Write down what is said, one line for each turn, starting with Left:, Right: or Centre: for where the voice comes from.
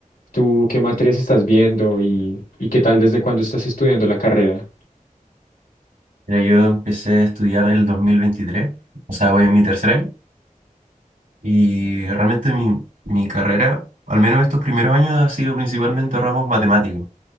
Left: ¿Tú qué materias estás viendo y, y qué tal desde cuándo estás estudiando la carrera?
Right: Mira, yo empecé a estudiar el 2023, o sea, voy en mi tercer año. Y realmente mi, mi carrera, al menos estos primeros años, ha sido principalmente ramos matemáticos,